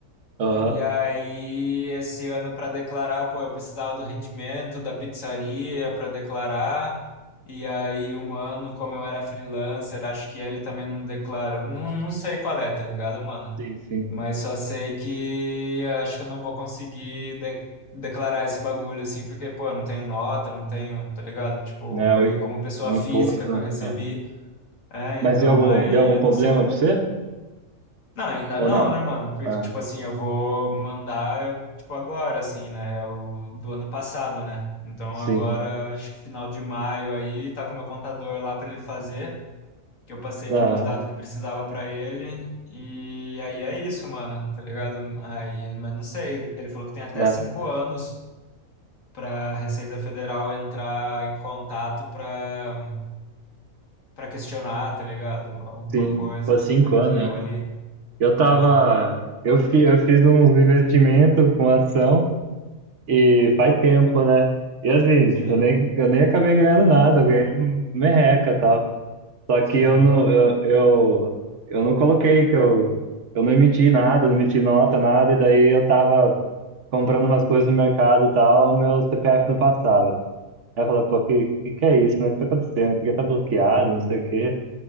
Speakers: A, on the right; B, on the left.
A: Aham,
B: E aí, esse ano para declarar, pô, eu precisava do rendimento da pizzaria para declarar. E aí, o mano, como eu era freelancer, acho que ele também não declarou. Não, não sei qual é, tá ligado, mano?
A: Sim, sim.
B: Mas só sei que eu acho que eu não vou conseguir de- declarar esse bagulho, assim, porque, pô, eu não tenho nota, não tenho, tá ligado? Tipo,
A: né?
B: foi
A: O, i-
B: como pessoa
A: o imposto,
B: física que
A: né?
B: eu recebi.
A: É.
B: É, então
A: Mas deu algum,
B: aí
A: deu algum
B: eu
A: problema
B: não sei como
A: pra você?
B: não, ainda
A: Ou
B: não,
A: não?
B: né, mano? Porque,
A: Ah,
B: tipo assim, eu vou mandar, tipo, agora, assim, né? É o do ano passado, né? Então
A: sim.
B: agora, acho que final de maio aí, tá com o meu contador lá pra ele fazer, que eu passei
A: Aham,
B: todos os dados que precisava pra ele. E aí é isso, mano, tá ligado? Aí, mas não sei, ele falou que tem até
A: lá,
B: cinco anos pra Receita Federal entrar em contato pra, pra questionar, tá ligado? Alguma
A: sim.
B: coisa
A: Pô, cinco
B: aqui
A: anos, né?
B: ou ali.
A: Eu tava.
B: É,
A: Eu, fi, eu fiz uns investimentos com ação e faz tempo, né? E assim,
B: sim,
A: eu nem, eu nem acabei ganhando nada, eu ganhei um merreca e tal. Só que
B: sim.
A: eu não, eu, eu, eu não coloquei, que eu, eu não emiti nada, não emiti nota, nada, e daí eu tava comprando umas coisas no mercado e tal, meu CPF não passava. Aí eu falei, pô, que, que que é isso, né? O que tá acontecendo? Por que tá bloqueado? Não sei o quê.